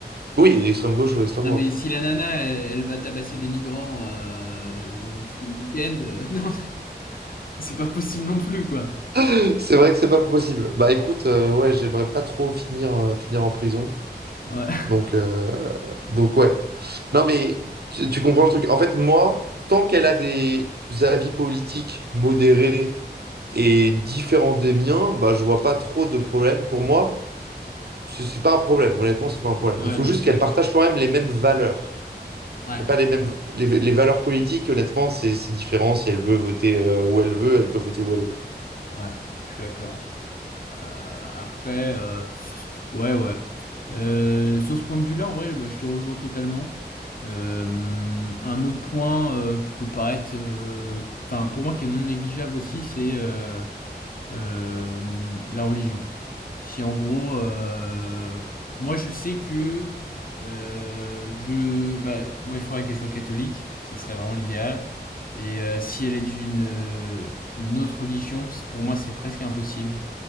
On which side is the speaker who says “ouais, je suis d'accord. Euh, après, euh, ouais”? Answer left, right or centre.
Left